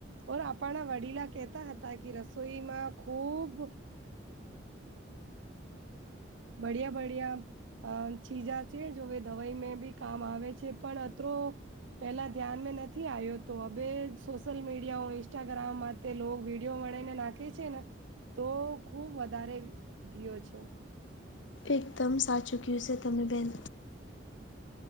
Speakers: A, on the right (about 80°); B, on the left (about 75°).
A: ઓ આપણા વડીલો કહેતા હતા, કે રસોઈમાં ખુબ બડીયા-બડિયા અ ચીજા-ચીજ છે જો દવાઈ બી કામ આવે છે, પણ અત્રે પેલા ધ્યાનમાં નથી આવ્યો તો હવે, સોશિયલ મીડિયા ઇન્સ્ટાગ્રામ માટે લોકો વિડીયો મળીને નાખે છે ને, તો ખુબ વધારે ગયો છે.
B: એકદમ સાચુ ક્હ્યું છે તમે, બેન.